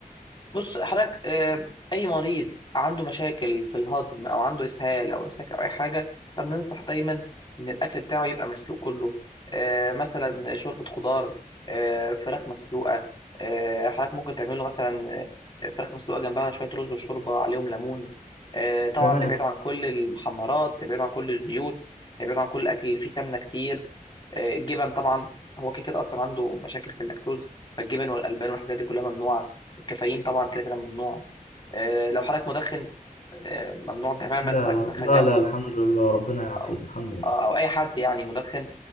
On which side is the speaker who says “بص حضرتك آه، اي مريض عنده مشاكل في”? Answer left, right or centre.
Left